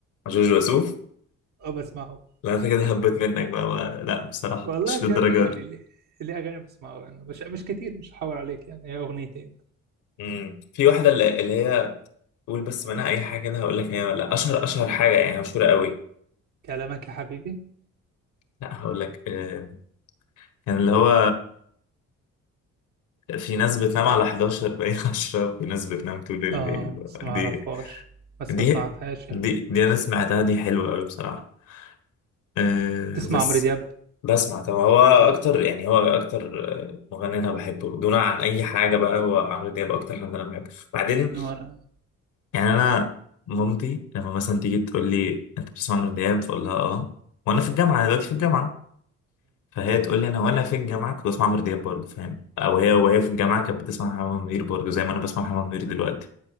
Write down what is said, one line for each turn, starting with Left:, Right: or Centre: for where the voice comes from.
Left: جوجو وسوف
Right: أه بسمعه
Left: لا انت كده
Right: بحبه
Left: هبت
Right: أوي
Left: منك بقى, بقى. لا بصراحة
Right: والله
Left: مش
Right: بجد
Left: للدرجة
Right: يعني
Left: دي
Right: ليه ليه أغاني بسمعه يعني مش مش كتير مش هحاور عليك يعني هي أغنيتين
Left: امم في واحدة اللي اللي هي قول بس منها أي حاجة كده هقول لك هي ولا أشهر أشهر حاجة يعني مشهورة قوي
Right: كلامك يا حبيبي
Left: لا هقول لك آه، كان اللي هو في ناس بتنام على 11 باين 10 وفي ناس بتنام طول الليل
Right: اه بس
Left: دي
Right: ما أعرفهاش بس
Left: دي
Right: ما سمعتهاش يعني
Left: دي دي أنا سمعتها دي حلوة قوي بصراحة آه،
Right: تسمع
Left: بس
Right: عمرو دياب
Left: بسمع طبعا هو أكتر يعني هو أكتر آه، مغني أنا بحبه دون عن أي حاجة بقى هو عمرو دياب أكتر حد أنا بحبه بعدين
Right: وأنا
Left: يعني انا مامتي لما مثلا تيجي تقول لي انت بتسمع عمرو دياب فاقول لها اه وانا في الجامعه دلوقتي في الجامعه فهي تقول لي انا وانا في الجامعه كنت بسمع عمرو دياب برضه فاهم او هي وهي في الجامعه كانت بتسمع محمد منير برضه زي ما انا بسمع محمد منير دلوقتي